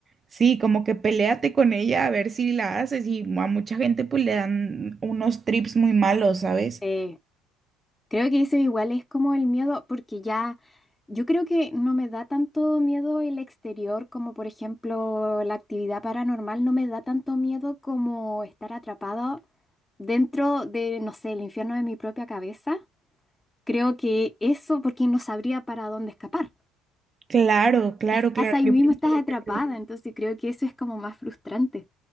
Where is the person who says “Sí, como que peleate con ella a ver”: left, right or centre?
Right